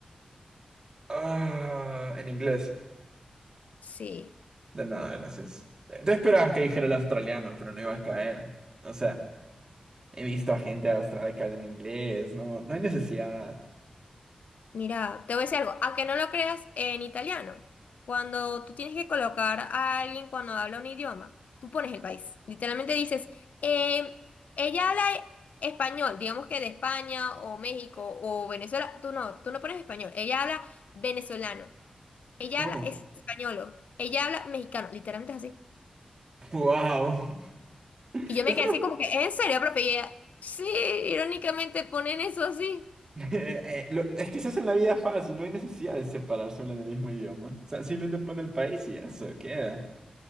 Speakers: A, on the right; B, on the left.
A: Ah, en inglés.
B: Sí,
A: De nada, gracias. Eh, Te esperabas que dijera el australiano, pero no iba a caer. O sea, he visto a gente de Australia que habla en inglés, no, no hay necesidad.
B: mira, te voy a decir algo, aunque no lo creas en italiano, cuando tú tienes que colocar a alguien cuando habla un idioma, tú pones el país, literalmente dices, eh, ella habla español, digamos que de España o México o Venezuela, tú no, tú no pones español, ella habla venezolano, ella
A: Oh,
B: habla español, ella habla mexicano, literalmente es así.
A: wow. <laughs>
B: Y yo me
A: Esto
B: quedé
A: no-
B: así como que, ¿en serio, profe? Y ella, sí, irónicamente ponen eso así.
A: <laughs> eh, eh, lo- es que se hace la vida fácil, no hay necesidad de separarse hablando el mismo idioma. O sea, simplemente pone el país y eso queda.